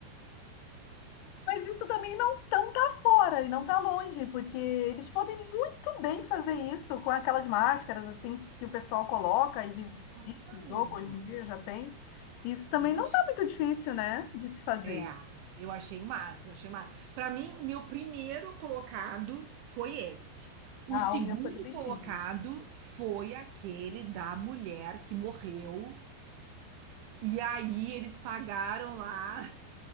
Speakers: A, on the left; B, on the right.
A: Mas isso também não, não tá fora e não tá longe, porque eles podem muito bem fazer isso com aquelas máscaras assim que o pessoal coloca e vive
B: Claro.
A: vive o jogo hoje em dia já tem. Isso também
B: Eu
A: não
B: achei.
A: tá muito difícil, né, de se fazer.
B: É, eu achei o máximo, eu achei o máximo. Para mim, o meu primeiro colocado foi esse. O
A: Ah,
B: segundo
A: o meu foi do bichinho.
B: colocado foi aquele da mulher que morreu. E aí eles pagaram lá